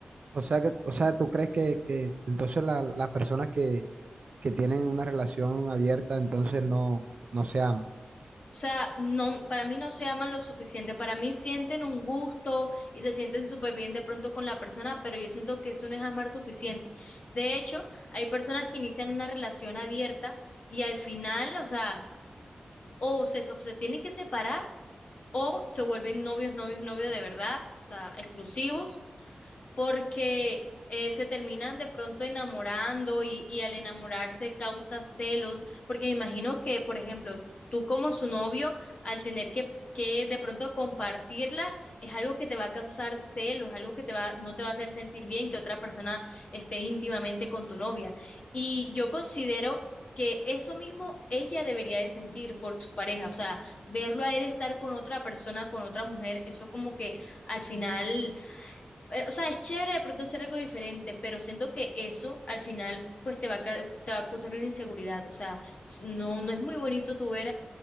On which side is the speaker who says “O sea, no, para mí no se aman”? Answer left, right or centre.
Left